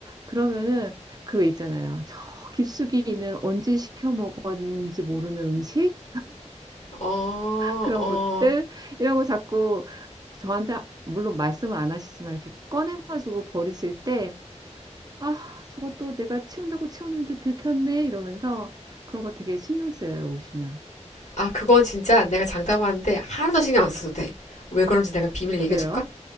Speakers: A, on the right; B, on the left.
A: 그러면은 그거 있잖아요. 저 깊숙이 있는 언제 시켜 먹었는지 모르는 음식
B: 어,
A: 그런
B: 어.
A: 것들 이라고 자꾸 저한테 물론 말씀을 안 하시지만 이렇게 꺼내가지고 버리실 때 아, 저것도 내가 치운다고 치웠는데 들켰네 이러면서 그런 거 되게 신경 쓰여요, 오시면.
B: 아 그건 진짜 내가 장담하는데 하나도 신경 안 써도 돼. 왜 그런지 내가 비밀
A: 그래요?
B: 얘기해 줄까?